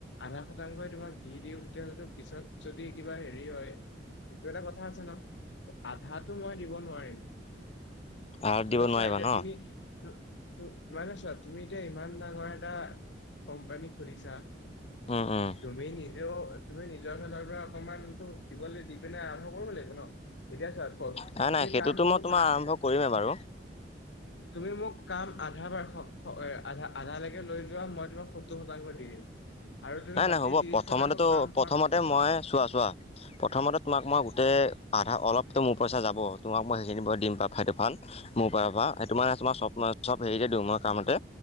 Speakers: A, on the left; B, on the left.
A: আধা শতাংশই তোমাক যি দিওঁ তেতিয়াহ'লেতো পিছত যদি কিবা হেৰি হয় সেইটো এটা কথা আছে ন আধাো মই দিব নোৱাৰিম
B: আৰত
A: মানছ
B: দিব নোৱাৰিবা
A: আহকিয়
B: ন
A: তমি <unintelligible> <unintelligible> মানে চ তুমি যে ইমান ডাঙৰ এটা কোম্পানী খুলিছা
B: উম উম
A: তমি ন এ তুমি নিজৰ ফালৰ পৰা অকমানটো দিবলে দি পিনে আৰম্ভ কৰিব লাগিব ন এতিয়া চা কত
B: নাই নাই
A: মো
B: সেইটোতো
A: কাম
B: মই
A: মো
B: তোমাৰ
A: আ
B: আৰম্ভ কৰিমেই বাৰু
A: তুমি মোক কাম আধা বাৰ্ষক ক এ আধা আধালৈকে লৈ যোৱা মই তোমাক সত্তৰ শতাংশ দি দিম আৰু তুমি
B: নাই
A: বাকী
B: নাই হ'ব
A: ত্ৰিশ
B: প্ৰথমতেতো
A: শতাংশ কাম হোৱাৰ
B: প্ৰথমতে
A: পাছত পাবা
B: মই চোৱা চোৱা প্ৰথমতে তোমাক মই গোটেই আধা অলপ ত মোৰ পইচা যাব তোমাক মই সেইখিনি পা দিম ফাইট এফান মোৰ পা পাআ এই তোমাৰ তোমাৰ চব চব হেৰি দিওঁ মই কামতে